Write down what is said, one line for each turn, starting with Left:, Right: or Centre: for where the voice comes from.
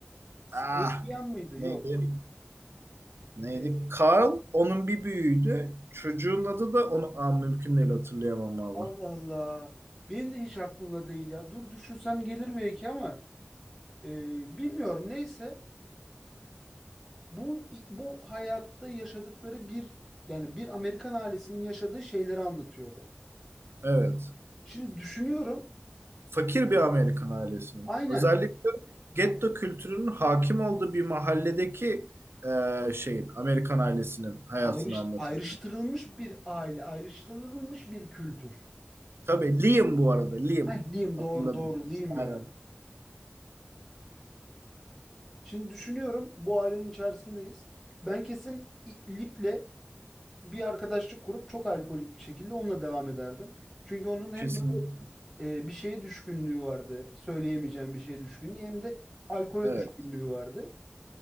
Centre: S-
Right: Ah,
Centre: Adrian mıydı?
Right: neydi?
Centre: Yok.
Right: Neydi?
Centre: E,
Right: Carl onun bir büyüğüydü. Çocuğun adı da onu Aa, mümkün değil hatırlayamam abi.
Centre: Allah Allah. Benim de hiç aklımda değil ya. Dur düşünsem gelir belki ama e, bilmiyorum. Neyse. Bu bu hayatta yaşadıkları bir yani bir Amerikan ailesinin yaşadığı şeyleri anlatıyordu.
Right: Evet.
Centre: Şimdi düşünüyorum.
Right: fakir bir Amerikan ailesinin.
Centre: Aynen.
Right: Özellikle getto kültürünün hakim olduğu bir mahalledeki e, şeyin, Amerikan ailesinin hayatını
Centre: Ayrış,
Right: anlatıyor.
Centre: ayrıştırılmış bir aile, ayrıştırılmış bir kültür.
Right: Tabii Liam bu arada, Liam.
Centre: Heh, Liam
Right: Hatırladım.
Centre: doğru doğru Liam
Right: Aynen.
Centre: ya. Şimdi düşünüyorum bu ailenin içerisindeyiz. Ben kesin İ- Lip'le bir arkadaşlık kurup çok alkolik bir şekilde onunla devam ederdim. Çünkü onun hem
Right: Kesinlikle.
Centre: böyle e, bir şeye düşkünlüğü vardı. Söyleyemeyeceğim bir şeye düşkünlüğü hem de alkole
Right: Evet,
Centre: düşkünlüğü vardı.